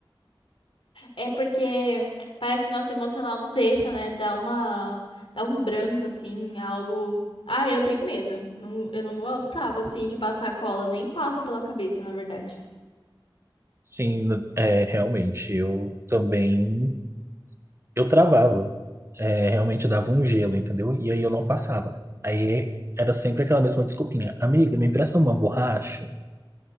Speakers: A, on the left; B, on the right.
A: É porque parece que nosso emocional não deixa, né? Dá uma, dá um branco assim, algo. Ah, eu tenho medo. Não- eu não gostava assim de passar cola, nem passa pela cabeça, na verdade.
B: Sim, é, realmente, eu também, eu travava, É, realmente dava um gelo, entendeu? E aí eu não passava. Aí era sempre aquela mesma desculpinha, amiga, me empresta uma borracha?